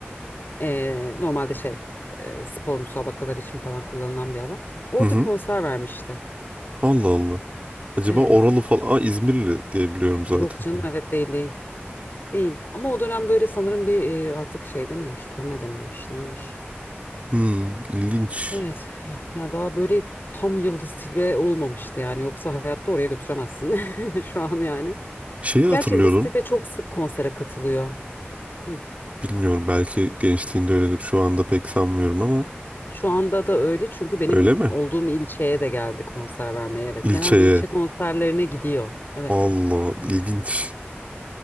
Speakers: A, on the left; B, on the right.
A: E, normalde şey e, spor müsabakaları için falan kullanılan bir alan. Orada
B: Hı hı.
A: konser vermişti.
B: Allah Allah. Acaba
A: Evet.
B: Oralı falan. Aa, İzmirli diye biliyorum zaten.
A: Yok canım evet değil değil. Değil. Ama o dönem böyle sanırım bir e, artık şeyde miymiş turnede miymiş neymiş.
B: Hmm. ilginç.
A: Evet ya daha böyle tam yıldız tilbe olmamıştı yani yoksa hayatta oraya götüremezsin <laughs> şu an yani.
B: Şeyi hatırlıyorum.
A: Gerçi yıldız tilbe çok sık konsere katılıyor. Hı.
B: Bilmiyorum belki gençliğinde öyledir. Şu anda pek sanmıyorum ama.
A: Şu anda da öyle çünkü benim
B: Öyle mi?
A: olduğum ilçeye de geldi konser vermeye evet.
B: İlçeye
A: Genelde ilçe konserlerine gidiyor evet.
B: Allah ilginç.